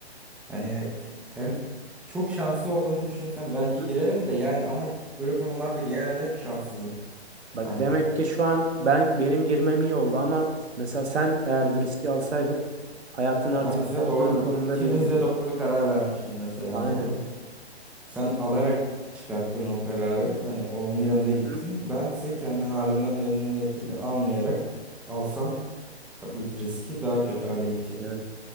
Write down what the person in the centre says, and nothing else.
Hani he- hem çok şanslı olduğumu düşünsem belki
girerim de yani ama böyle konularda genelde hep şanssızım.
Hani
ben mesela
doğru
ikimiz
de doğru bir karar vermişiz mesela
anladın mı? Sen alarak çıkarttın o kararı. Hani olumlu yönde
gittin.
Bense kendi halimden memnuniyetiyle almayarak alsam ka- bu riski daha kötü hale gidecektim.